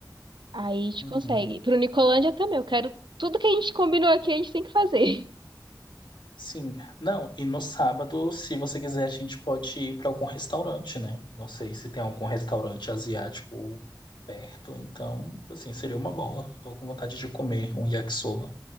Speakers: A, on the right; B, on the left.
A: Aí a gente
B: Uhum.
A: consegue. Pro Nicolândia também, eu quero tudo que a gente combinou aqui, a gente tem que fazer. <laughs>
B: Sim. Não, e no sábado, se você quiser, a gente pode ir para algum restaurante, né? Não sei se tem algum restaurante asiático perto, então, assim, seria uma boa. Eu tô com vontade de comer um yakisoba.